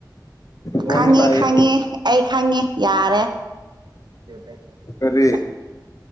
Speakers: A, on the left (about 45°); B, on the right (about 75°).
A: ꯐꯣꯟꯗꯤ
B: ꯈꯪꯉꯦ
A: ꯄꯥꯏꯌꯦ
B: ꯈꯪꯉꯦ ꯑꯩ ꯈꯪꯉꯦ ꯌꯥꯔꯦ <unintelligible>
A: ꯀꯔꯤ